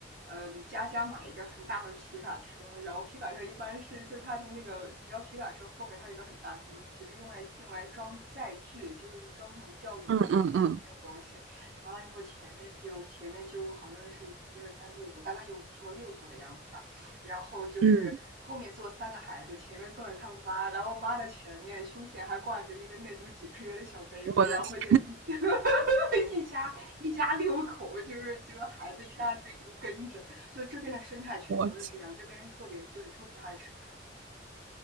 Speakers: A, on the right; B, on the right.
A: 嗯，佳佳买一个很大的皮卡车，然后皮卡车一般是就它的那个，你知道皮卡车后面它有一个很大空间，其实用来用来装载具，就是装什么钓鱼的那种那种东西。
B: 嗯嗯嗯
A: 完了以后前面就前面就好像是一二三四五，大概有五座六座的样子吧。然后就是后面坐三个孩子，
B: 嗯，
A: 前面坐着他们妈，然后妈的前面胸前还挂着一个那种几个月的小 baby，
B: 我的天
A: 然后就一 <laughs> 一家一家六口，就是就孩子一大堆就跟着，就这边的生态全都是这样，
B: 我
A: 这边人特别对，特别爱生孩子。